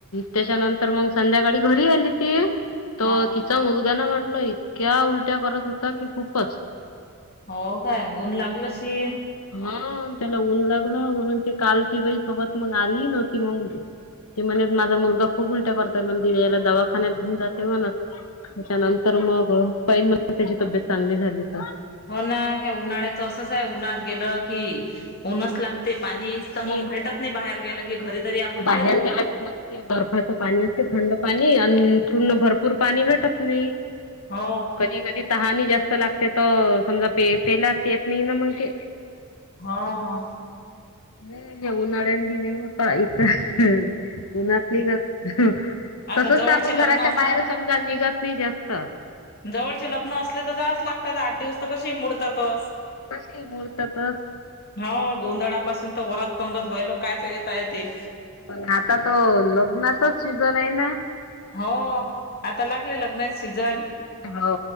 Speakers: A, on the left (about 75°); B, on the left (about 45°).
A: त्याच्यानंतर मग संध्याकाळी घरी आली ती. तर
B: हा.
A: तिचा मुलगाना म्हटलं इतक्या उलट्या करत होता, की खूपच.
B: हो काय? ऊन लागल आशीन.
A: हं. त्याला ऊन लागलं म्हणून काल ती बाई सोबत आलीही नव्हती मंग. ती म्हणेत, माझा मुलगा खूप उलट्या करतोय म्हण, दि याला दवाखान्यात घेऊन जाते म्हणत. त्याच्यानंतर मग पाहील म्हण त्याची तब्येत चांगली झाली तर.
B: हो ना, ह्या उन्हाळ्याचं असंच आहे, उन्हळात गेलं की, ऊन्हच लागत ते पाणीच त
A: ते
B: मग भेटत नाही बाहेर गेलं की, घरी तरी आपण
A: बाहेर
B: पेतो.
A: गेला की मग ते बर्फाच पाणी असते, थंड पाणी, अन पूर्ण भरपूर पाणी भेटत नाही.
B: हो
A: कधी कधी तहान ही जास्त लागते त समजा, पे पेलाच येत नाही ना मग ते.
B: हा.
A: हं. हे ऊन्हाळ्यान दिन लय होतं. ह इथ उन्हात नाही जात.
B: आता
A: तसच
B: जवळचे
A: तर आपण घराच्या
B: लग्न असलं
A: बाहेर स जा निघत नाही जास्त.
B: जवळच लग्न असले तर जावच लागतात, आठ दिवस तर कसेही मोडतातच.
A: कशीही मोडतातच.
B: हो गोंधळापासून तर वरात पंगत व्हायलोक कायचे येता येते.
A: पण आता तो, लग्नाचाच सीझन आहे ना.
B: हो, आता लागले लग्नाचे सीझन.
A: हो,